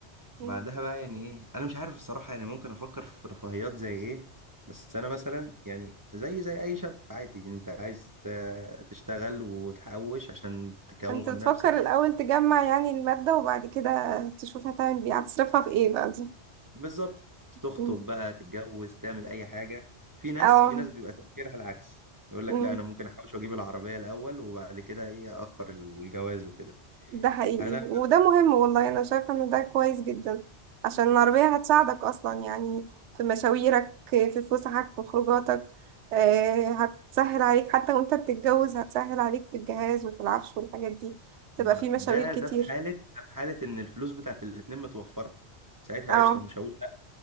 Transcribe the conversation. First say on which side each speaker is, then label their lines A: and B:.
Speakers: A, on the right; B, on the right.
A: مم.
B: بعدها بقى يعني ايه انا مش عارف الصراحه يعني ممكن افكر في رفاهيات زي ايه بس انا مثلا يعني زي زي اي شاب عادي يعني انت عايز ت- تشتغل وتحوش عشان تكون
A: انت بتفكر
B: نفسك
A: الاول تجمع يعني المادة وبعد كده تشوف هتعمل بيه هتصرفها في ايه بقى دي
B: بالظبط تخطب
A: مم.
B: بقى تتجوز تعمل اي حاجه في ناس
A: اه
B: في ناس بيبقى تفكيرها العكس يقول لك
A: مم.
B: لا انا ممكن احوش واجيب العربيه الاول وبعد كده ايه اخر الجواز وكده
A: ده حقيقي
B: انا
A: وده مهم والله انا شايفة ان ده كويس جدا عشان العربية هتساعدك اصلا يعني في مشاويرك في فسحك في خروجاتك آه، هتسهل عليك حتى وانت بتتجوز هتسهل عليك في الجهاز وفي العفش والحاجات دي تبقى
B: ما-
A: في مشاوير
B: ده
A: كتير
B: ده في حاله ده في حاله ان الفلوس بتاعت الاتنين متوفره ساعتها
A: اه
B: قشطه مش هقول